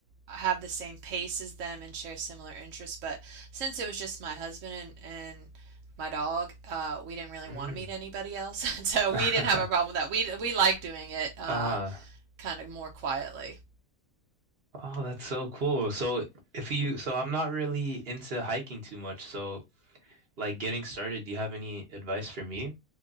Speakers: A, on the right; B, on the right.
A: have the same pace as them and share similar interests. But since it was just my husband and, and my dog, uh, we didn't really
B: Mm.
A: want to meet anybody else. <laughs> So
B: <laughs>
A: we didn't have a problem with that. We we like doing it uh,
B: Uh-huh.
A: kind of more quietly.
B: Oh, that's so cool. So if you, so I'm not really into hiking too much. So like getting started, do you have any advice for me?